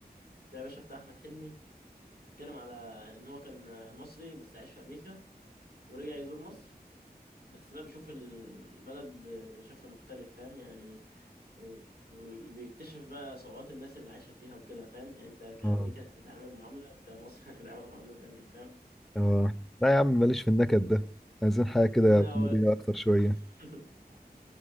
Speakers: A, on the right (about 75°); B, in the centre.
A: ده يا باشا بتاع احمد حلمي بيتكلم على ان هو كان مصري بس عايش في امريكا ورجع يزور مصر بس بقى بيشوف البلد بشكل مختلف فاهم يعني وبيكتشف بقى صعوبات الناس اللي عايشة فيها وكده فاهم يعني انت كأمريكا
B: اه
A: هتتعامل معاملة كمصر <laughs> هتتعامل معاملة تانية فاهم
B: اه لا يا عم ماليش في النكد ده عايزين حاجه
A: <laughs>
B: كده
A: انا
B: كوميديه
A: هو-
B: اكتر شويه
A: <laughs>